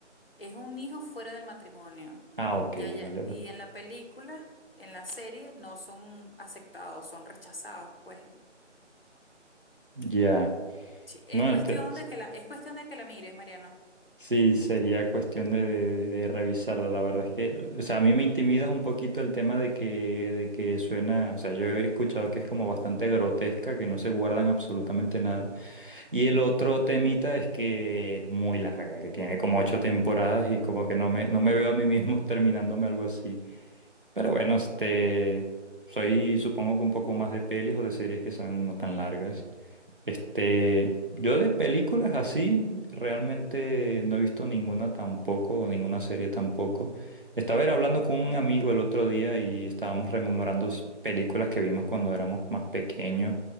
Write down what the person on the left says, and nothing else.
Es un hijo fuera del matrimonio.
Ya, ya.
Y
en la película, en la serie, no son aceptados, son rechazados, pues.
Sí, es
cuestión
de que la, es cuestión de que la mires, Mariano.